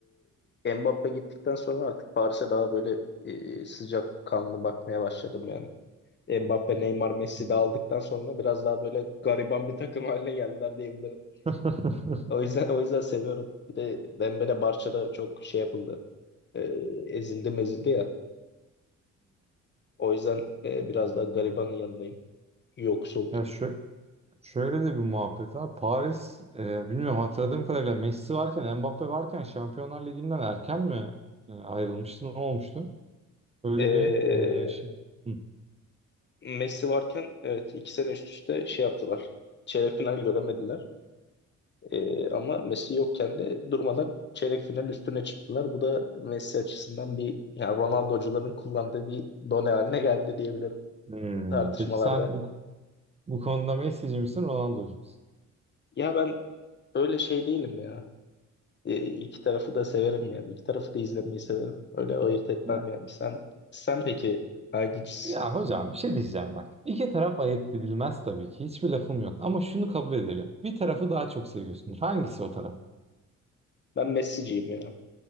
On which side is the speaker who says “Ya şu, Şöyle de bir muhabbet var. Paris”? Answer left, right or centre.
Right